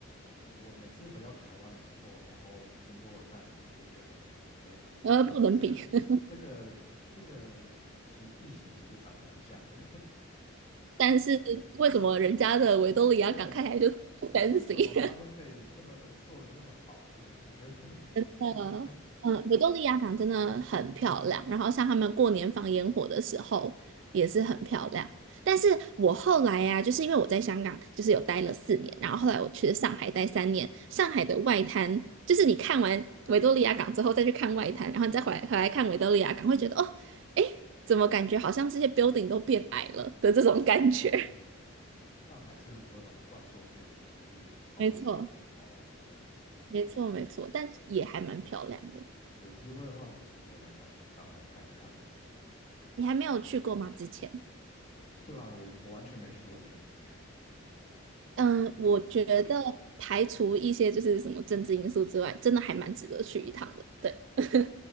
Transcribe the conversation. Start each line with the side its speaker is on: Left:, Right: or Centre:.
Left: 我我每次回到台湾的时候，然后经过淡水，我就觉得，诶，
Right: 呃，
Left: 呃这个这个这个形地形其实长得蛮像的，
Right: 不能比。<laughs> 但是为什么人家的维多利亚港看起来就
Left: <laughs> 对，
Right: <laughs> fancy？
Left: 为什么他们可以那么的做的那么好呢？我觉得，<laughs> 嗯，
Right: 呃，嗯，维多利亚港真的很漂亮，然后像他们过年放烟火的时候也是很漂亮。但是我后来呀、就是因为我在香港就是有待了四年，然后后来我去了上海待三年，上海的外滩就是你看完维多利亚港之后再去看外滩，然后你再回来回来看维多利亚港，会觉得哦，诶，怎么感觉好像这些 building 都变矮了的这种感觉。
Left: <laughs> 哦，上海是很多种怪兽建筑，就是超级高的
Right: <laughs> 没错，
Left: tower 这样子。
Right: 没错，没错，但也还蛮漂亮的。
Left: 有机会的话，我其实也蛮想去上海看一看的。
Right: 你还没有去过吗？之前？
Left: 对啊，我我完全没去过内地。
Right: 嗯，
Left: <laughs>
Right: 我觉得排除一些就是什么政治因素之外，
Left: 对
Right: 真的还蛮值得去一趟的。对，<laughs>